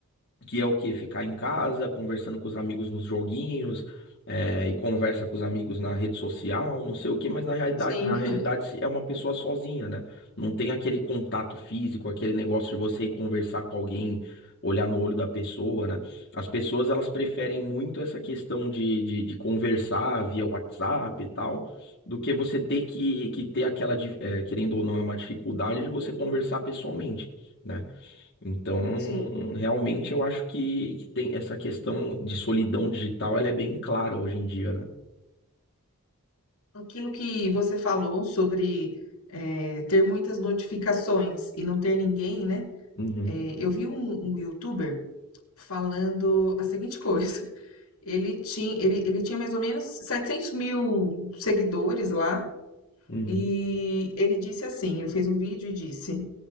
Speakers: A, on the left; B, on the left.
A: que é o quê? Ficar em casa, conversando com os amigos nos joguinhos, é, e conversa com os amigos na rede social, não sei o quê, mas na realidade,
B: Sim,
A: na realidade
B: <laughs>
A: é uma pessoa sozinha, né? Não tem aquele contato físico, aquele negócio de você ir conversar com alguém, olhar no olho da pessoa, né? As pessoas, elas preferem muito essa questão de, de, de conversar via WhatsApp e tal. Do que você ter que, que ter aquela, dif- é, querendo ou não, é uma dificuldade de você conversar pessoalmente né? Então,
B: Sim.
A: realmente eu acho que, que tem essa questão de solidão digital, ela é bem clara hoje em dia, né?
B: Aquilo que você falou sobre é, ter muitas notificações e não ter ninguém, né?
A: Uhum,
B: É, eu vi um, um YouTuber falando a seguinte coisa. <laughs> Ele tinha, ele, ele tinha mais ou menos setecentos mil seguidores lá
A: uhum,
B: E ele disse assim: ele fez um vídeo e disse: